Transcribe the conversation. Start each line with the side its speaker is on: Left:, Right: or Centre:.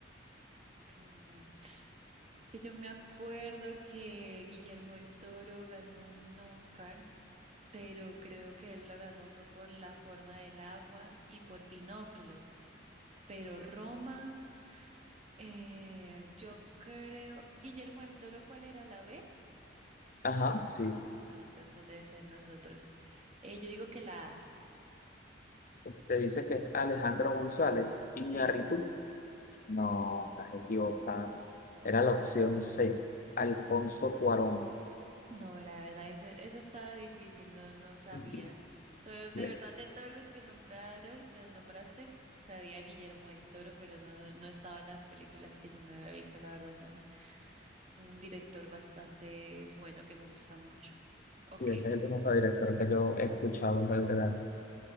Right: Roma. Que yo me acuerdo que Guillermo del Toro ganó un Oscar pero creo que él lo ganó fue por la forma del agua y por Pinocchio. Pero Roma, eh, yo creo, Guillermo del Toro, ¿cuál era la B?
Left: Ajá, sí.
Right: No, entonces debe ser los otros. Eh, yo digo que la A,
Left: Te dice que es Alejandro González Iñárritu.
Right: sí.
Left: No, estás equivocada. Era la opción C, Alfonso Cuarón.
Right: No, la verdad, ese- esa estaba difícil, no, no sabía.
Left: Sí,
Right: So, de
Left: sí,
Right: verdad, de todos los que nombraron, de- nombraste, sabía Guillermo del Toro, pero no, no estaba en las películas que yo me había visto, la verdad, son Un director bastante bueno que me gusta mucho. Ok,
Left: sí, ese es el único director que yo he escuchado en realidad.